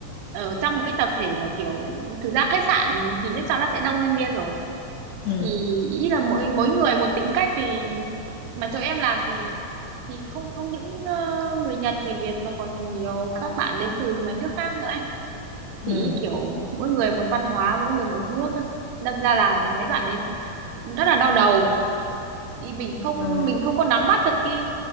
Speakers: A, on the right; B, on the left.
A: ở trong một cái tập thể mà kiểu thực ra khách sạn thì chắc chắn là sẽ đông nhân viên rồi
B: ừ
A: thì ý là mỗi mỗi người một tính cách thì mà chỗ em làm thì thì không không những ờ, người Nhật người Việt mà còn nhiều các bạn đến từ mấy nước khác nữa ấy.
B: ừ
A: thì ý kiểu mỗi người một văn hóa mỗi người một nước ấy. đâm ra là mấy bạn ấy rất là đau đầu ý mình không
B: ờ,
A: mình không có nắm bắt được cái